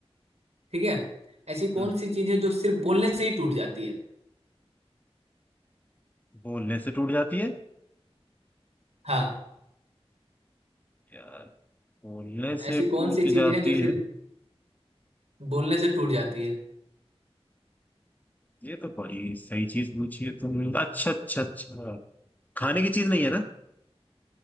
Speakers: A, on the right (about 80°); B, on the left (about 15°).
A: ठीक है ऐसी
B: हम्म।
A: कौन सी चीज है जो सिर्फ बोलने से ही टूट जाती है
B: बोलने से टूट जाती है
A: हाँ
B: यार बोलने से
A: ऐसी
B: टूट
A: कौन सी चीज
B: जाती
A: है जो सिर्फ
B: है
A: बोलने से टूट जाती है
B: ये तो बड़ी सही चीज पूछी है तुमने अच्छा अच्छा अच्छा खाने की चीज नहीं है ना